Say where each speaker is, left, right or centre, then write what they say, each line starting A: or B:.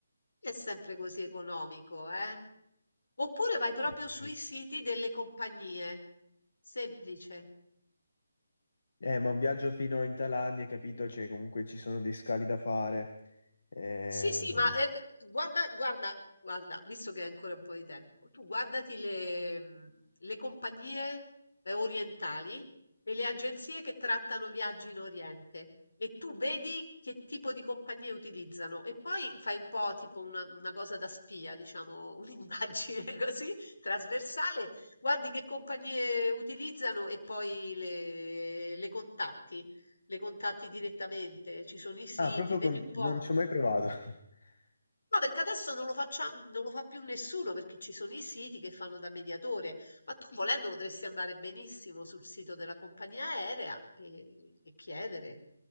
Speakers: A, on the left; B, on the left.
A: è sempre così economico, eh? Oppure vai proprio
B: Eh,
A: sui
B: sì.
A: siti delle compagnie. Semplice.
B: Eh, ma un viaggio fino in Thailandia, hai capito? Cioè, comunque ci sono dei scali da fare. Eh,
A: Sì, sì, ma, ehm, g guarda guarda guarda, visto che hai ancora un po' di tempo, tu guardati le mhmm, le compagnie, ehm, orientali e le agenzie che trattano viaggi in Oriente e tu vedi che tipo di compagnie utilizzano e poi fai un po' tipo una una cosa da spia, diciamo, <laughs> un'indagine così trasversale, guardi che compagnie utilizzano e poi le le contatti, le contatti direttamente, ci sono i siti,
B: Ah, proprio
A: vedi
B: con...
A: un po'.
B: non ci ho mai provato. <laughs>
A: No, perché adesso non lo faccia non lo fa più nessuno, perché ci sono i siti che fanno da mediatore, ma tu volendo potresti andare benissimo sul sito della compagnia aerea e, e chiedere.